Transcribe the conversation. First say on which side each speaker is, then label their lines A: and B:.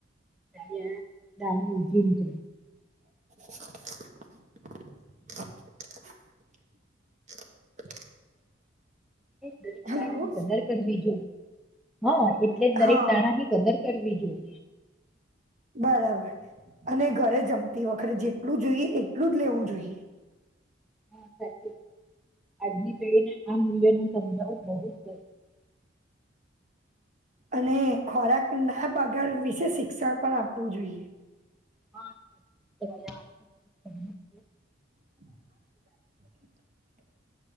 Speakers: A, in the centre; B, on the right.
A: ત નાળ ઉજ નક <unintelligible>
B: <unintelligible>
A: દરેક
B: હેલો.
A: ની કદર કરવી જો, હા, એટલે
B: હા,
A: જ દરેક દાણા ની કદર કરવી જોઈએ.
B: બરાબર અને ઘરે જમતી વખરે જેટલું જોઈએ એટલું જ લેવું જોઈએ.
A: હા, સાચી વા આજની પડીને આ મૂલ્ય ન સમજાવો બહુ જ
B: અને ખોરાક ના પગાર વિશે શિક્ષણ પણ આપવું જોઈએ.
A: <inaudible>
B: <unintelligible>